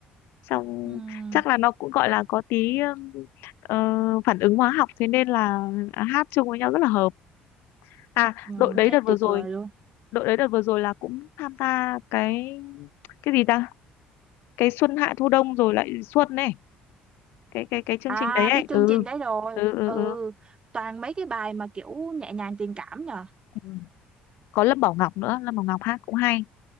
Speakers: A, on the left; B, on the right.
A: xong
B: Ừm,
A: chắc là nó cũng gọi là có tí ừm, ờ, phản ứng hóa học thế nên là à, hát chung với nhau rất là hợp à
B: ừm,
A: đội đấy
B: thấy
A: đợt
B: tuyệt
A: vừa rồi
B: vời luôn
A: đội đấy đợt vừa rồi là cũng tham gia cái cái gì ta cái xuân hạ thu đông rồi lại xuân này cái cái cái chương
B: à
A: trình đấy ấy
B: biết chương
A: ừ
B: trình đấy rồi
A: ừ ừ,
B: ừ
A: ừ.
B: toàn mấy cái bài mà kiểu nhẹ nhàng tình cảm nhờ
A: ừ. có Lâm Bảo Ngọc nữa Lâm Bảo Ngọc hát cũng hay